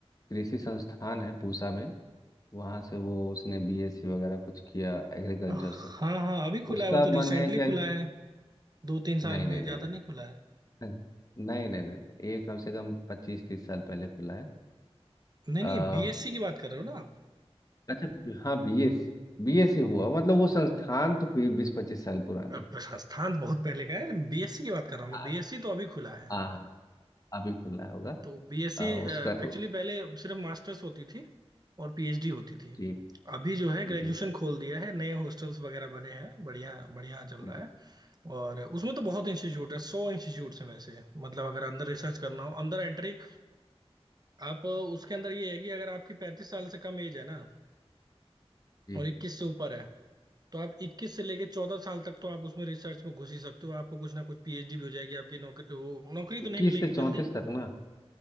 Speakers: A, on the left (about 35°); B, on the right (about 40°).
A: कृषि संस्थान है पूसा में वहाँ से वो उसने बीएससी वगैरह कुछ किया एग्रीकल्चर
B: हाँ
A: से
B: हाँ अभी खुला
A: उसका
B: है वो तो
A: मन
B: रिसेंटली
A: है क्या
B: खुला
A: कि
B: है दो तीन साल
A: नहीं
B: हुए
A: नहीं
B: हैं
A: नहीं
B: ज्यादा
A: नहीं
B: नहीं खुला है
A: <laughs> नहीं नहीं नहीं नहीं, ये कम से कम पच्चीस तीस साल पहले खुला है
B: नहीं
A: आ,
B: नहीं बीएससी की बात कर रहे हो ना आप
A: अच्छा ब- हाँ बीएससी बीएससी हुआ मतलब वो संस्थान तो बीस पच्चीस साल पुरानी
B: अब
A: है।
B: संस्थान तो बहुत पहले का है बीएससी की बात कर रहा हूँ
A: अच्छा,
B: मैं बीएससी तो अभी खुला है
A: हाँ हाँ अभी खुला होगा
B: तो बीएससी
A: अ, उसका
B: एक्चुअली पहले सिर्फ मास्टर्स होती थी और पीएचडी होती थी
A: जी
B: अभी जो है ग्रेजुएशन
A: जी
B: खोल दिया है नए हॉस्टल्स वगैरह बने हैं बढ़िया बढ़िया चल रहा
A: जी जी
B: है और उसमें तो बहुत इंस्टीट्यूट है सौ इंस्टीट्यूट्स हैं वैसे मतलब अगर अंदर रिसर्च करना हो अंदर एंट्री आप उसके अंदर ये है कि अगर आपकी पैंतीस साल से कम एज है ना
A: जी
B: और इक्कीस से ऊपर है तो आप इक्कीस से लेके चौदह साल तक तो आप उसमें रिसर्च में घुस ही सकते हो आपको कुछ ना कुछ पीएचडी भी हो जाएगी आपकी नौकरी वो नौकरी तो
A: इक्कीस
B: नहीं मिलेगी
A: से चौंतीस
B: जल्दी
A: तक ना